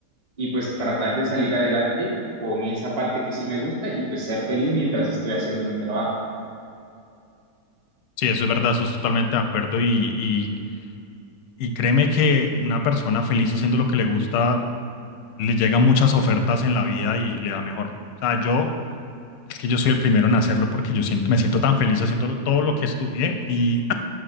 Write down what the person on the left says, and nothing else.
Sí, eso es verdad, eso es totalmente de acuerdo y, y, y créeme que una persona feliz haciendo lo que le gusta le llegan muchas ofertas en la vida y le va mejor. O sea, yo, es que yo soy el primero en hacerlo porque yo siento, me siento tan feliz haciendo lo- todo lo que estudié. Y,